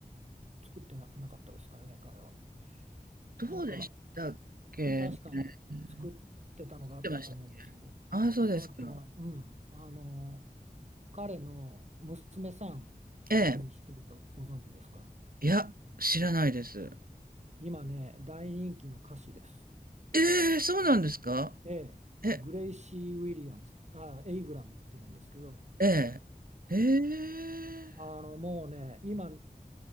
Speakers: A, on the right; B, on the right.
A: 作ってな、なかったですかね、彼は。
B: どうでしたっけね。
A: なんか、確かね、
B: 見
A: 作ってたのがあったと思うんですけど、
B: てました。ああ、そうですか。
A: あとは、うん、あの、彼の娘さん、
B: ええ。
A: 何してるかご存知ですか
B: いや、知らないです。
A: 今ね、大人気の歌手です。
B: ええ、そうなんですか
A: ええ、
B: え、
A: グレイシー・ウィリアムス、あ、エイブラムっていうんですけど、
B: ええ、ええ、
A: あの、もうね、今、